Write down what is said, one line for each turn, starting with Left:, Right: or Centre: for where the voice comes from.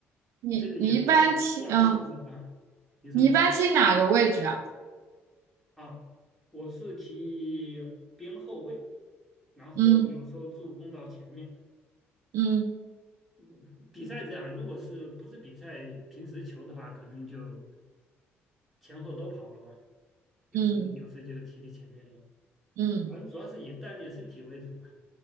Right: 你你一般踢，
Centre: 这个也要平要平衡的啊。
Right: 嗯，
Centre: 你说什么
Right: 你一般踢哪个位置啊？
Centre: 啊？我是踢边后卫，然后有时候助攻到前面。
Right: 嗯嗯
Centre: 嗯，比赛这样，如果是不是比赛，平时球的话，可能就前后都跑了吧，有时有时就踢踢前面了。
Right: 嗯嗯
Centre: 反正主要是以锻炼身体为主吧。